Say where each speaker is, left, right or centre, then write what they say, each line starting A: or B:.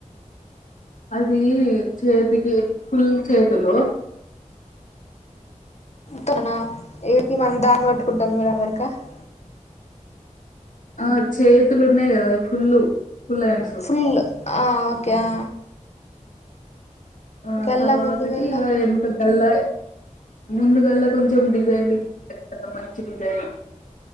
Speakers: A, on the left; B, on the left.
A: అది చేతికి ఫుల్ చేతులు
B: తన <unintelligible> మనం దాన్ని కట్టుకుంటాం <unintelligible>
A: ఆ చేతులు ఉన్నాయి కద ఫుల్ ఫుల్ <unintelligible>
B: బిల్ ఆ ఒకే ఆ
A: ఆ
B: గల్లా
A: తర్వాతకి
B: ముందుగల్లా
A: ఇగ <unintelligible> ముందు గల్ల కొంచెం డిజైన్లు <unintelligible> మంచి డిజైన్